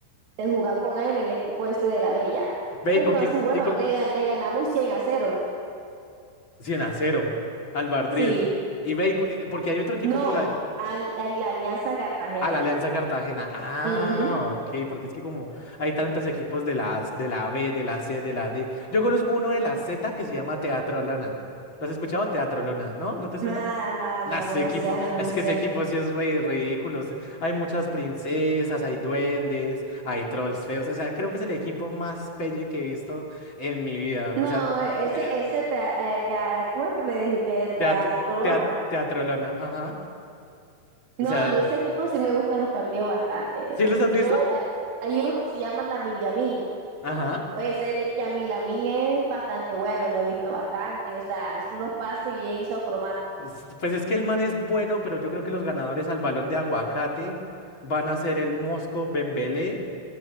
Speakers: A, on the right; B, on the left.
A: de jugar con él en el equipo este de la Bella.
B: Ve
A: Entonces,
B: y con que,
A: bueno,
B: y con,
A: le, gan- le ganamos cien a cero
B: 100 a cero, al Madrid.
A: Sí.
B: Y ve, y cu- eh, porque hay otro equipo
A: No,
B: por ahí.
A: al, a la Alianza Cartagena.
B: A la Alianza Cartagena. Ah,
A: Ujú.
B: ok, porque es que como hay tantos equipos de la, A- de la B, de la C, de la D. Yo conozco uno de la Z que se llama Teatro Lona. ¿Lo has escuchado? Teatro Lona, ¿no? ¿No te suena?
A: Nada, nada,
B: Nah,
A: nada,
B: ese
A: no me
B: equipo,
A: suena, no
B: es
A: me
B: que
A: suena.
B: ese equipo sí es re ridículo. Es- Hay muchas princesas, hay duendes, hay trolls feos. O sea, creo que es el equipo más pelle que he visto en mi vida. O
A: No,
B: sea,
A: ese,
B: <laughs>
A: ese, te, eh, te- ¿cómo es que me dijiste? Triatlona.
B: teatro, teatro, Teatro Lona, ajá.
A: No,
B: O sea,
A: a mí ese equipo sí me gustan los partidos bastante.
B: ¿sí los has
A: Yo,
B: visto?
A: eh, hay uno que se llama Lamin Yamin.
B: Ajá.
A: Pues el Yamin Lamin es bastante bueno, lo he visto bastante. O sea, es unos pases bien socromáticos.
B: Pues pues es que el man es bueno, pero yo creo que los ganadores al balón de aguacate van a ser el Mosco Bembélé